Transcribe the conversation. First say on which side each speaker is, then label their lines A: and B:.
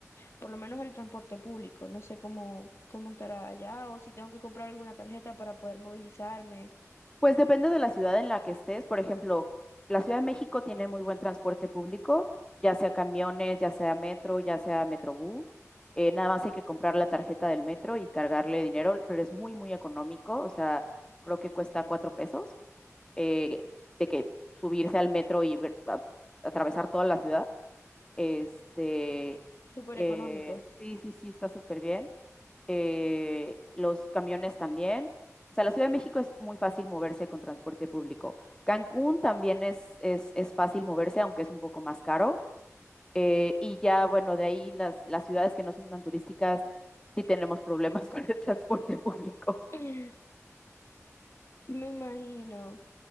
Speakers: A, on the left; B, on the left.
A: por lo menos el transporte público, no sé cómo, cómo estará allá o si tengo que comprar alguna tarjeta para poder movilizarme,
B: Pues depende de la ciudad en la que estés. Por ejemplo, la Ciudad de México tiene muy buen transporte público, ya sea camiones, ya sea metro, ya sea metrobús. Eh, nada más hay que comprar la tarjeta del metro y cargarle dinero, pero es muy, muy económico. O sea, creo que cuesta cuatro pesos eh, de que subirse al metro y ver- a- atravesar toda la ciudad. Este,
A: súper
B: eh,
A: económico.
B: sí, sí, sí, está súper bien. Eh, los camiones también. O sea, la Ciudad de México es muy fácil moverse con transporte público. Cancún también es, es, es fácil moverse, aunque es un poco más caro. Eh, y ya, bueno, de ahí las, las ciudades que no son tan turísticas, sí tenemos problemas <laughs> con el transporte público.
A: <laughs> Me imagino.